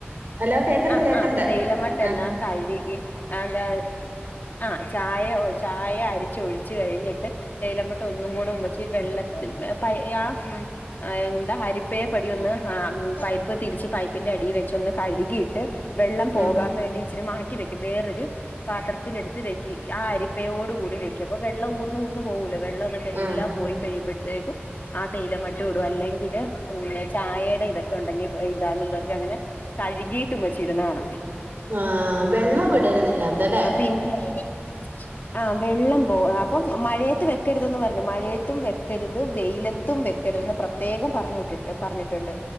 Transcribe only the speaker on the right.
ഹലോ കേക്കണ്ട്
കേക്കണ്ട്
ആഹ്
ഉം
ആഹ്
ആ വെള്ളം വിടരുതില്ലാത്തല്ലേ